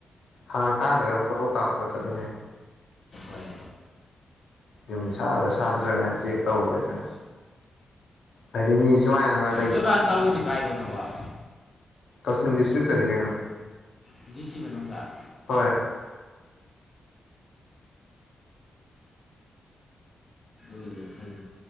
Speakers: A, on the left; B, on the left.
A: ꯍꯥꯡꯉꯀꯥꯟꯗꯒ ꯐꯣꯇꯣ ꯀꯥꯞꯄꯒ ꯆꯠꯃꯤꯟꯅꯩ
B: ꯑꯣꯏ
A: ꯌꯨꯝ ꯁꯥꯔꯕ ꯁꯥꯗ꯭ꯔꯒꯅ ꯆꯦꯛ ꯇꯧꯕ ꯍꯥꯏꯇꯥꯔ ꯍꯥꯏꯗꯤ ꯃꯤ ꯁꯨꯃꯥꯏꯅ ꯉ
B: ꯅꯣꯏꯕꯥꯥꯟ ꯇꯧꯔꯤꯁꯤ ꯀꯥꯏꯗꯅꯣꯕ
A: ꯀꯛꯆꯤꯡ ꯗꯤꯁꯇ꯭ꯔꯤꯛꯇꯅꯤ ꯀꯩꯅꯣ
B: ꯗꯤ ꯁꯤ ꯃꯅꯨꯡꯗꯥ
A: ꯍꯣꯏ
B: ꯑꯗꯨ ꯐꯩ